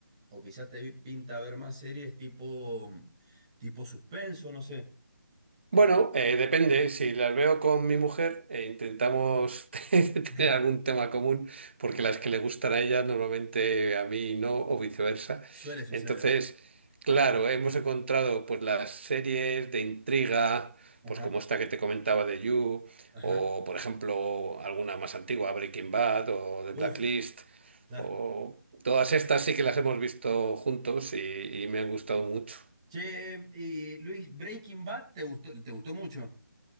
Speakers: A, on the right; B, on the right.
A: O quizás te pinta ver más series tipo, tipo suspenso, no sé.
B: Bueno, eh, depende. Si las veo con mi mujer, eh, intentamos <laughs> tener
A: <laughs>
B: algún tema común, porque las que le gustan a ella normalmente a mí no, o viceversa.
A: Suele suceder.
B: Entonces, claro, hemos encontrado pues las series de intriga,
A: Ajá,
B: pues como esta que te comentaba de You,
A: ajá.
B: o por ejemplo alguna más antigua, Breaking Bad o The Blacklist,
A: Uf, claro.
B: o todas estas sí que las hemos visto juntos y y me han gustado mucho.
A: Che, y Luis, Breaking Bad, ¿te gustó, te gustó mucho?